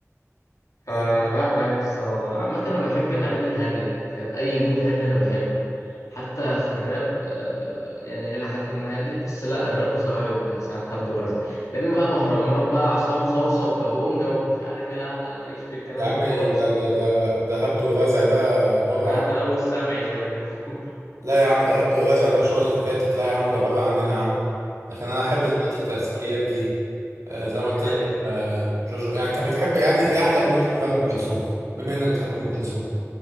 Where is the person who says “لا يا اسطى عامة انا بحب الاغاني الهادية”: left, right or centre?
Left